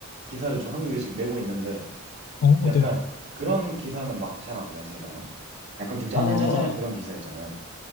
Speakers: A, on the right (about 60°); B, on the left (about 75°).
A: 기사를 좀 한두 개씩 내고 있는데,
B: 어,
A: 근데 약간
B: 네네.
A: 그런 기사는 막 잘 안 나시나요? 약간 좀 짜잘짜잘한
B: 아,
A: 그런 기사 있잖아요.